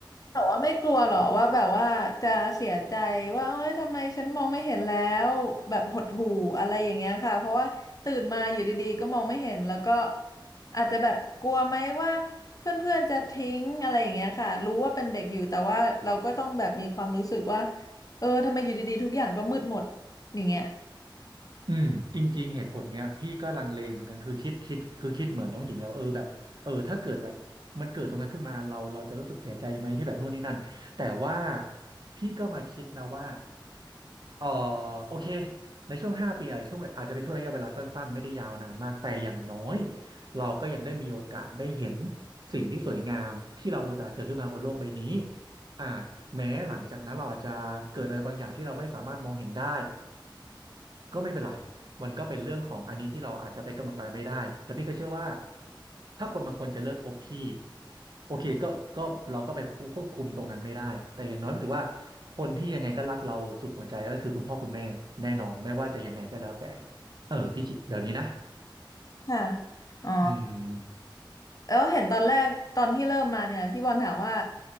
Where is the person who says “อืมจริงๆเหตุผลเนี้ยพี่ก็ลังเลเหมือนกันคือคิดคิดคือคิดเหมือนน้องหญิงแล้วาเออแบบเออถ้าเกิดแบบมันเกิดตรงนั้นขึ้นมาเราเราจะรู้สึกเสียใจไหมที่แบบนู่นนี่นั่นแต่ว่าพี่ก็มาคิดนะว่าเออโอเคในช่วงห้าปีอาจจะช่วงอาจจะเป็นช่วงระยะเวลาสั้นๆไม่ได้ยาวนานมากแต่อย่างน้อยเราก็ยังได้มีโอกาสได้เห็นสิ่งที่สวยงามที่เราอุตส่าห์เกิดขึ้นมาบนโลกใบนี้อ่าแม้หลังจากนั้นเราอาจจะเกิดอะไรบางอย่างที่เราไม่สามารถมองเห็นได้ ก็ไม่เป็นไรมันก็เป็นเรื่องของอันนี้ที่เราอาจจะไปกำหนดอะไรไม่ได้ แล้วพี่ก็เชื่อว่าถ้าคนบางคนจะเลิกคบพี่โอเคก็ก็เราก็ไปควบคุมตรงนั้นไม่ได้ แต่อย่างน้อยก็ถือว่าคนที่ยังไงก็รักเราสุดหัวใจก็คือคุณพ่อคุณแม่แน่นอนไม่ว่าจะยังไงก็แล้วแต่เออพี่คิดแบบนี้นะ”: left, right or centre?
Right